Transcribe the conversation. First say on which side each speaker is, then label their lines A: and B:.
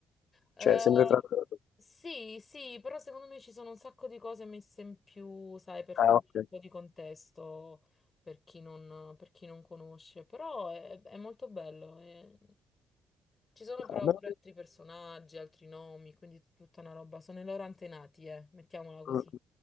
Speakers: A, on the left; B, on the left.
A: Eh,
B: cioè sempre tratto da... Tolkien.
A: sì, sì, però secondo me ci sono un sacco di cose messe in più, sai, per fornire
B: Ah, ok.
A: un po' di contesto per chi non, per chi non conosce, però è, è molto bello. eh. Ci sono
B: No,
A: però
B: ma-
A: pure altri personaggi, altri nomi, quindi tutta una roba. Sono i loro antenati, eh, mettiamola così.
B: mm,